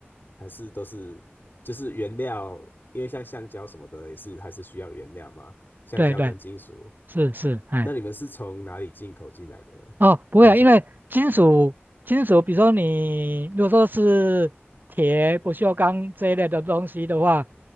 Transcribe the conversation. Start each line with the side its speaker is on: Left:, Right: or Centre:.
Left: 还是都是就是原料？因为像橡胶什么的也是还是需要原料嘛，橡胶跟金属。
Right: 对对，是是，哎，
Left: 那你们是从哪里进口进来的呢通常，
Right: 哦，不会啊，因为金属金属，比如说你如果说是铁、不锈钢这一类的东西的话，